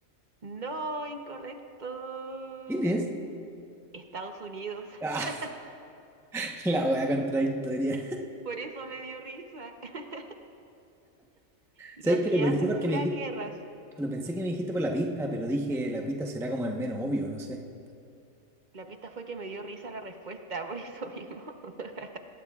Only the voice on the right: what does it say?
No, incorrecto.
Estados Unidos.
<laughs>
Por eso me dio risa. <laughs> Los
que
hacen
puras
guerras.
La pista fue que me dio risa la respuesta, <laughs> por eso mismo. <laughs>